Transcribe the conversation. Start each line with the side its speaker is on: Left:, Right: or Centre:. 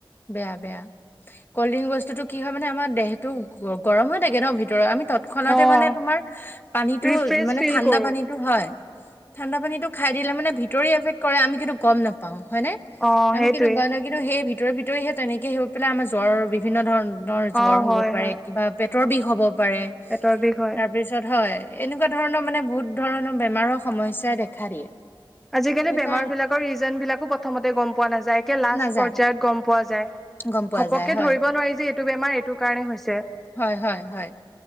Left: বেয়া বেয়া কল্ড ড্ৰিংক বস্তুতটো কি হয় মানে আমাৰ দেহতটো গৰম হৈ থাকে ন ভিতৰ আমি তৎক্ষণাতে
Centre: অ',
Left: মানে তোমাৰ পানীতটো
Centre: ৰিফ্ৰেছ
Left: মানে
Centre: ফিল
Left: ঠাণ্ডা
Centre: কৰো
Left: পানীটো হয়। ঠাণ্ডা পানীটো খাই দিলে মানে ভিতৰে এফেক্ট কৰে আমি কিন্তু গম নাপাওঁ হয়নে
Centre: অ
Left: আমি
Centre: সেইটোৱে
Left: কিন্তু গ ন কিন্তু সেই ভিতৰে ভিতৰেহে তেনেকে হৈ পেলাই আমাৰ জ্বৰ বিভিন্ন ধৰণ জৰ
Centre: অ
Left: হ'ব
Centre: হয়
Left: পাৰে
Centre: হয়
Left: কিবা পেটৰ বিষ হ'ব পাৰে
Centre: পেটৰ বিষ হয়।
Left: তাৰ পিছত হয়। এনেকুৱা ধৰণৰ মানে বহুত ধৰণৰ বেমাৰৰ সমস্যাই দেখা দিয়ে।
Centre: আজিকালি
Left: সেইকাৰণে
Centre: বেমাৰ বিলাকৰ ৰিজন বিলাকো প্ৰথমতে গম পোৱা নাযায় একে লাষ্ট
Left: নাযায়
Centre: পৰ্যয়ত গম পোৱা।
Left: গম পোৱা
Centre: ঘপকে
Left: যায় হয়
Centre: ধৰিব নোৱাৰি যে এইটো বেমাৰ এইটো কাৰণে হৈছে
Left: হয় হয় হয়